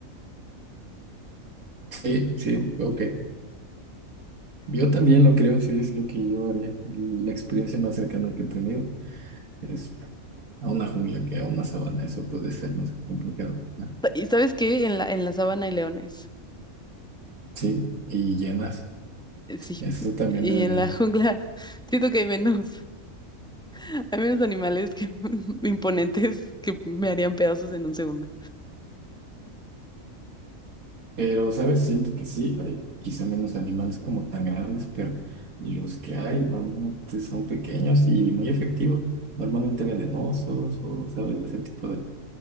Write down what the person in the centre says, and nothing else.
Sa- ¿Y sabes qué? En la, en la sabana hay leones.
Eh, Sí.
Y
en
la jungla <laughs> siento que hay menos, <laughs> hay menos animales que <laughs> imponentes que me harían pedazos en un segundo.